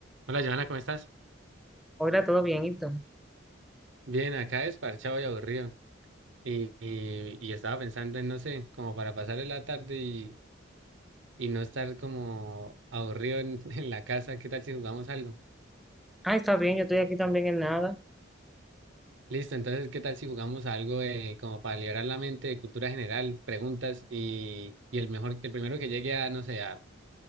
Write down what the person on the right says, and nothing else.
Hola, Joana, ¿cómo estás?
Bien, acá desparchado y aburrido. Y, y, y estaba pensando en, no sé, como para pasar la tarde y, y no estar como aburrido en, <laughs> en la casa, ¿qué tal si jugamos algo?
Listo, entonces, ¿qué tal si jugamos algo eh, como para liberar la mente de cultura general, preguntas y, y el mejor, el primero que llegue a, no sé, a,